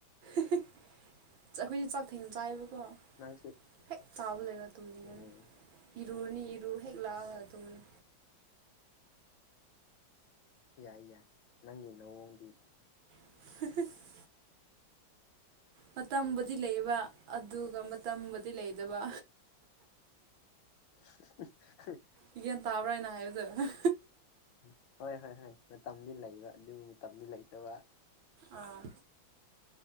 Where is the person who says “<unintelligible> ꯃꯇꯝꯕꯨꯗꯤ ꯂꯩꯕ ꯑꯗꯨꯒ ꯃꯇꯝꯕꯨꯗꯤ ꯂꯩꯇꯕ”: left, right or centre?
Right